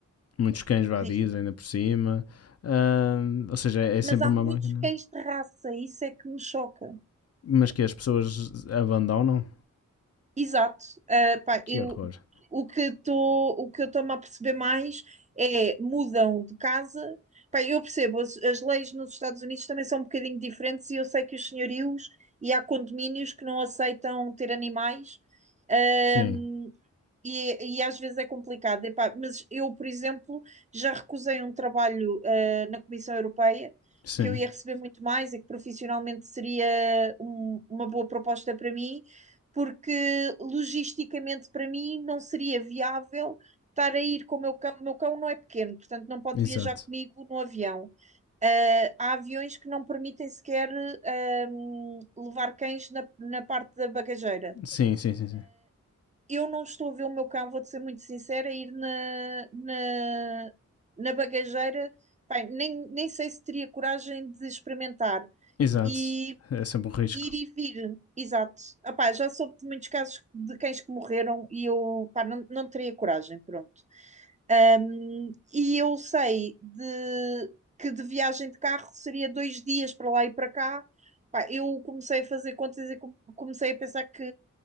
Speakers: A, on the left (about 50°); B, on the right (about 25°).
A: muitos cães vadios
B: disto.
A: ainda por cima. Ahm, ou seja, é sempre
B: Mas há
A: uma
B: muitos
A: máquina.
B: cães de raça, isso é que me choca.
A: Mas que as pessoas abandonam?
B: Exato. Ah, pá,
A: Que
B: eu,
A: horror.
B: o que estou, o que eu estou-me a perceber mais é mudam de casa. Pá, eu percebo, as, as leis nos Estados Unidos também são um bocadinho diferentes e eu sei que os senhorios e há condomínios que não aceitam ter animais. Ah,
A: Sim,
B: e, e às vezes é complicado. Epá, mas eu, por exemplo, já recusei um trabalho, ah, na Comissão Europeia
A: sim,
B: que eu ia receber muito mais e que profissionalmente seria um- uma boa proposta para mim, porque logisticamente para mim não seria viável estar a ir com o meu cão. O meu cão não é pequeno, portanto não pode
A: exato.
B: viajar comigo no avião. Ah, há aviões que não permitem sequer, ah, hum, levar cães na na parte da bagageira
A: Sim, sim, sim, sim.
B: eu não estou a ver o meu cão, vou-te ser muito sincera, ir na, na, na bagageira. Bem, nem, nem sei se teria coragem de experimentar.
A: Exato.
B: E
A: É sempre um risco.
B: ir e vir, exato. Ah, pá, já soube de muitos casos de cães que morreram e eu, pá, não, não teria coragem, pronto. Um, e eu sei de, que de viagem de carro seria dois dias para lá e para cá. Pá, eu comecei a fazer contas e com- comecei a pensar que